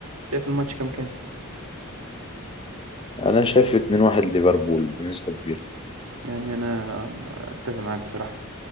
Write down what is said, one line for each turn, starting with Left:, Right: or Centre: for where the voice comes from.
Right: شايف الماتش كام كام
Left: انا شايف 2-1 ليفربول بنسبه كبيره
Right: يعني أنا آه، أتفق معاك بصراحة